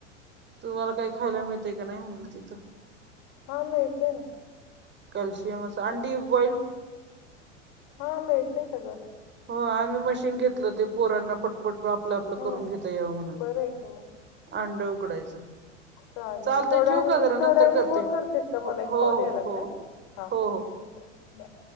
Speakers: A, on the right; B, on the left.
A: तुम्हाला काय खायला मिळतय का नाही म्हणलं तिथं.
B: हां मिळतंय की.
A: कॅलशिम असं अंडी बॉईलड
B: हो मिळतंय सगळं.
A: हो आम्ही मशीन घेतलं ते पोरांना पट पट पट आपलं आपलं
B: होय
A: करून घेता यावं म्हणून
B: बरं आहे की मग
A: अंड उकडायचं.
B: चालेल
A: चालतंय
B: थोड्या
A: ठेवू
B: वेळाने,
A: का जरा
B: एक
A: नंतर
B: थोड्यावेळाने
A: करते
B: फोन करतेस का
A: हो
B: मला एक
A: हो
B: कॉल यायला
A: हो
B: लागलाय.
A: हो हो
B: हां
A: हो
B: ठीक आहे. बाय